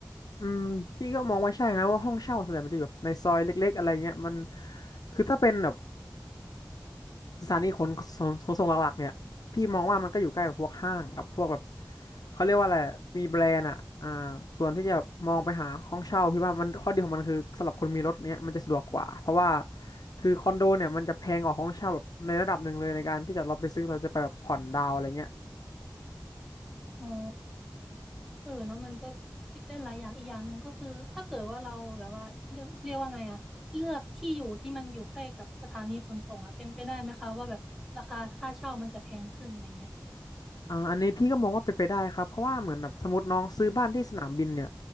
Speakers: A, on the left (about 60°); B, in the centre.
A: อืมพี่ก็มองว่าใช่นะว่าห้องเช่าส่วนใหญ่มันจะอยู่แบบในซอยเล็กๆอะไรเงี้ยมันคือถ้าเป็นแบบสถานีขนขนส่งหลักๆเนี่ยพี่มองว่ามันก็อยู่ใกล้แบบพวกห้างกับพวกแบบเขาเรียกว่าอะไรมีแบรนด์อ่ะอ่าส่วนที่จะมองไปหาห้องเช่าพี่ว่ามันข้อดีของมันคือสำหรับคนมีรถเนี่ยมันจะสะดวกกว่าเพราะว่าคือคอนโดเนี่ยมันจะแพงกว่าห้องเช่าแบบในระดับหนึ่งเลยในการที่จะเราไปซื้อเราจะไปแบบผ่อนดาวอะไรเงี้ย
B: อ๋อเออเนาะมันก็คิดได้หลายอย่างอีกอย่างหนึ่งก็คือถ้าเกิดว่าเราแบบว่าเรียกเรียกว่าไงอะเลือกที่อยู่ที่มันอยู่ใกล้กับสถานีขนส่งแล้วเป็นไปได้ไหมคะว่าแบบราคาค่าเช่ามันจะแพงขึ้นอะไรเงี้ย
A: อ่าอันนี้พี่ก็มองว่าเป็นไปได้ครับเพราะว่าเหมือนแบบสมมติน้องซื้อบ้านที่สนามบินเนี่ย